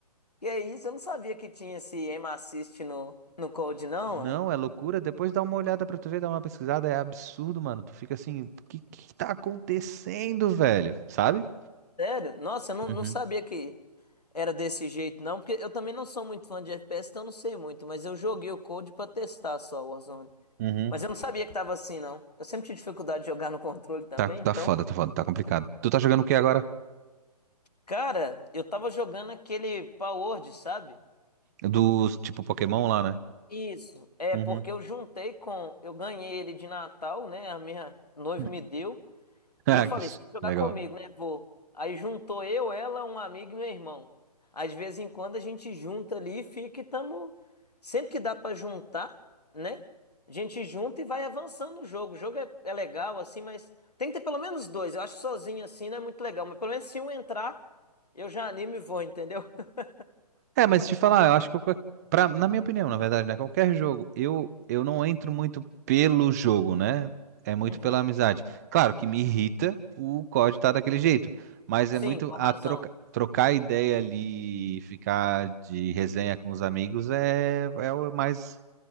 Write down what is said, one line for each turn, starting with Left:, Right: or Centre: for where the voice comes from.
Left: Que é isso? Eu não sabia que tinha esse aim assist no, no Code, não,
Right: Não, é loucura. Depois dá uma olhada pra tu ver, dá uma pesquisada. É absurdo, mano. Tu fica assim, o que que tá acontecendo, velho? Sabe?
Left: Sério? Nossa, eu não,
Right: Uhum,
Left: não sabia que era desse jeito, não, porque eu também não sou muito fã de FPS, então eu não sei muito, mas eu joguei o Code pra testar só o Warzone.
Right: uhum,
Left: Mas eu não sabia que tava assim, não. Eu sempre tive dificuldade de jogar no <laughs> controle também,
Right: Tá, tá
Left: então.
Right: foda, tá foda, tá complicado. Tu tá jogando o que agora?
Left: Cara, eu tava jogando aquele Palworld, sabe?
Right: Dos tipo Pokémon lá, né?
Left: Isso. É
Right: uhum.
Left: porque eu juntei com. Eu ganhei ele de Natal, né? A minha noiva
Right: <laughs>
Left: me deu.
Right: Ah,
Left: E eu falei,
Right: que
Left: você vai jogar
Right: legal.
Left: comigo, né? Vou. Aí juntou eu, ela, um amigo e meu irmão. Às vezes em quando a gente junta ali e fica e tamo. Sempre que dá pra juntar, né? A gente junta e vai avançando o jogo. O jogo é, é legal, assim, mas tem que ter pelo menos dois. Eu acho que sozinho assim não é muito legal, mas pelo menos se um entrar, eu já animo e vou, entendeu? <laughs>
Right: É, mas te falar, eu acho que eu, pra, na minha opinião, na verdade, né? Qualquer jogo, eu, eu não entro muito pelo jogo, né? É muito
Left: Uhum.
Right: pela amizade. Claro que me irrita o código tá daquele jeito, mas
Left: Sim,
Right: é muito
Left: com
Right: a
Left: razão.
Right: troca, trocar ideia ali, ficar de resenha com os amigos é, é o mais,